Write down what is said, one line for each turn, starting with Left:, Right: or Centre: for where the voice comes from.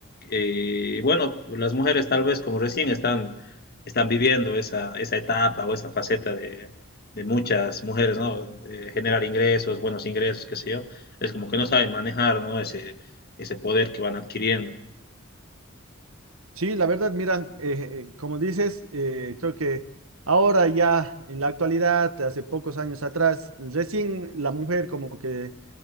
Left: Eh, bueno, las mujeres tal vez como recién están, están viviendo esa, esa etapa o esa faceta de, de muchas mujeres, ¿no? De generar ingresos, buenos ingresos, qué sé yo, es como que no saben manejar, ¿no? Ese, ese poder que van adquiriendo.
Right: Sí, la verdad, mira, eh, eh, como dices, eh, creo que ahora ya en la actualidad, hace pocos años atrás, recién la mujer como que